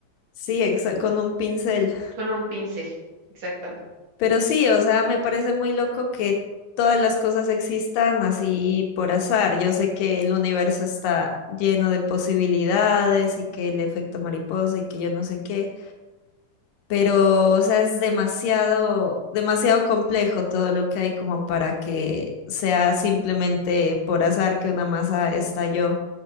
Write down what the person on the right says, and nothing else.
con un pincel, exactamente.